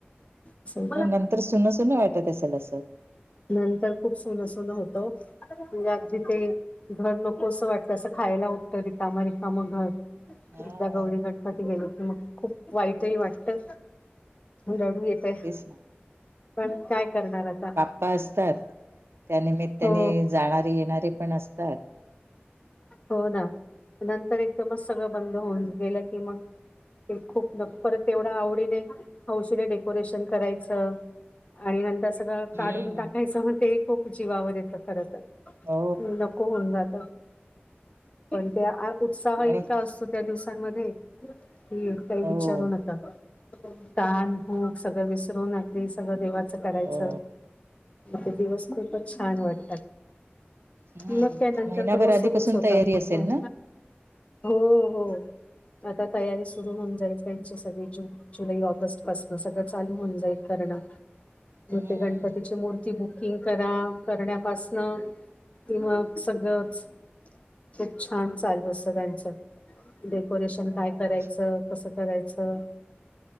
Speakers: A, on the left; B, on the right.
A: असं.
B: नंतर सुनं सुनं वाटत असंल असं
A: नंतर खूप सुनं सुनं होतं. म्हणजे अगदी ते घर नको असं वाटतं असं खायला उठतं रिकामं रिकामं घर
B: हा
A: एकदा गौरी गणपती गेले कि मग खूप वाईटही वाटतं. रडू येतय
B: तेच ना
A: पण काय करणार आता?
B: प्पा असतात त्यानिमित्ताने
A: हो
B: जाणारे येणारे पण असतात.
A: हो ना नंतर एकदमच सगळं बंद होऊन गेलं की मग ते खूप नको परत एवढं आवडीने हौशीने डेकोरेशन करायचं आणि नंतर सगळं काढून
B: हम्म.
A: टाकायचं मग ते खूप जीवावर येतं खरं तर
B: हो
A: नको होऊन जातं पण त्या आ उत्साह
B: आणि
A: इतका असतो. त्या दिवसांमध्ये की काही
B: हो
A: विचारू नका. तहान, भूक सगळं विसरून, अगदी सगळं देवाचं करायचं.
B: हो
A: ते दिवस खूपच छान वाटतात.
B: हम्म
A: मग त्यानंतर
B: महिनाभर
A: तर मग
B: आधीपासून
A: सुरुच होत
B: तयारी
A: मग
B: असेल
A: काय.
B: ना
A: हो हो. आता तयारी सुरु होऊन जाईल, त्यांची सगळी जून, जुलै, ऑगस्ट पासन सगळं चालू होऊन जाईल करण.
B: हम्म
A: ते गणपती ते बुकिंग करा. करण्यापासन मग सगळंच खूप छान चालू असत त्यांचं. डेकोरेशन
B: हा
A: काय करायचं? कसं करायचं?